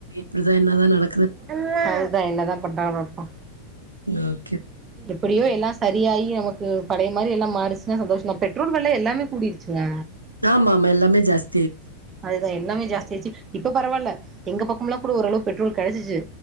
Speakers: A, on the right; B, on the right.
A: இப்படிதான் என்ன தான் நடக்
B: அம்மா அதுதான் என்னதான் பண்றாங்க பா
A: ஆஹ்
B: எப்படியோ எல்லாம் சரியாயி நமக்கு பழைய மாரி எல்லாம் மாறுச்சன்னா சந்தோஷம் பெட்ரோல் வெள எல்லாமே கூடிடுச்சுங்க
A: ஆமா ஆமா எல்லாமே ஜாஸ்
B: அதுதான் எல்லாமே ஜாஸ்தியாச்சு இப்ப பரவால்ல எங்க பக்கம்லாம் கூட ஓரளவு பெட்ரோல் கிடைச்சிச்சு